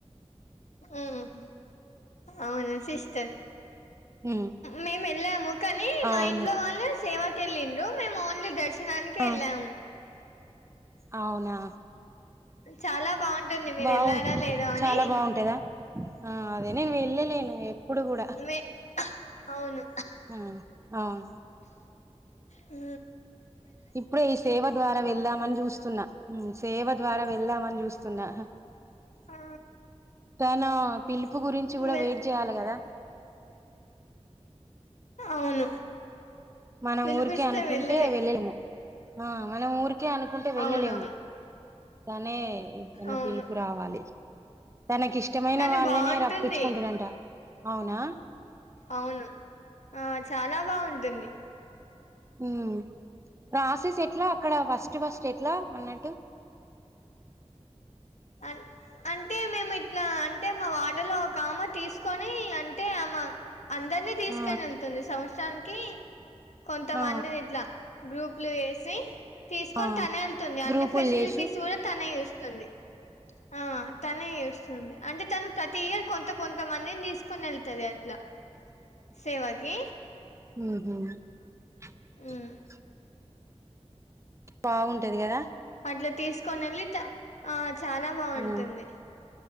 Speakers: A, on the left; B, on the right.
A: ఉమ్ అవును సిస్టర్
B: ఉమ్
A: మేము వెళ్ళాము కానీ మా
B: అవును
A: ఇంట్లో వాళ్ళే సేవాకి వెళ్ళండ్రు మేము ఓన్లీ శనానికి
B: ఆ
A: ఎల్లాము
B: అవునా
A: చాలా బాగుంటుంది మీరు
B: బాగువు
A: వెళ్ళారా లేదో అని
B: చాలా బాగుంటాదా ఆ అదే నేను వెళ్ళలేను ఎప్పుడు కూడా
A: మే అవును
B: అ అవును
A: ఉ
B: ఇప్పుడే ఈ సేవ ద్వారా వెళ్దామని చూస్తున్నా సేవ ద్వారా వెళ్దామని చూస్తున తున్నా
A: ఆ
B: తనా పిలుపు గురించి కూడా
A: వె
B: వెయిట్ చేయాలి కదా
A: అవును
B: మన
A: పిలిపిస్తే
B: ఊరికే అనుకుంటే
A: వెళ్ళుడే
B: వెళ్ళము మన ఊరిక కే అనుకుంటే వెళ్ళలేము
A: అవునవును
B: కానే ఏన్న
A: అవును
B: పిలుపు రావాలి తనకిష్టమైన
A: కానీ
B: వాళ్ళనే
A: బాగుంటుంది
B: రప్పించుకుంటుడంట అవునా
A: అవును ఆ చాలా బాగుంటుంది
B: ఈ ప్రాసెస్ ఎట్లా అక్కడ ఫస్ట్ ఫస్ట్ ఎట్లా అన్నట్టు
A: అ అంటే మేము ఇట్లా అంటే మా వాడలో ఒక ఆమె తీసుకొని అంటే ఆమ అందరినీ తీసుకని
B: ఆ
A: వెళ్తుంది సంవత్సరానికి కొంతమందిని
B: ఆ
A: ఇట్లా గ్రూప్లు వేసి తీసుకొని
B: ఆ
A: తనే వెళ్తుంది అన్ని
B: గ్రూపులు
A: ఫెసిలిటీస్
B: చేసి
A: కూడా తనే చూస్తుంది ఆ తనే చూస్తుంది అంటే తను ప్రతి ఇయర్ కొంత కొంతమందిని తీసుకుొని వెళ్తుంది అట్లా సేవా కీ
B: ఉ
A: ఉమ్
B: బాగుంటది కదా
A: అట్లా తీసుకొని వెళ్ళి ఆ చాలా బాగుంటుంది
B: ఆ